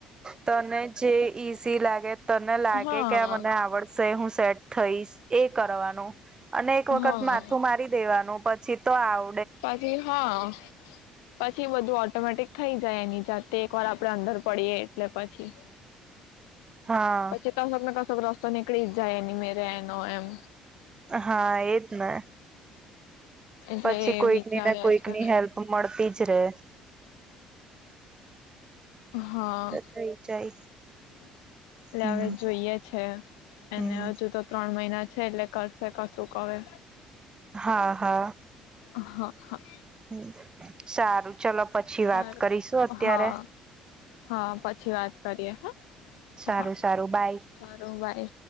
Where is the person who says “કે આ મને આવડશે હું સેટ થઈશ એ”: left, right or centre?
Right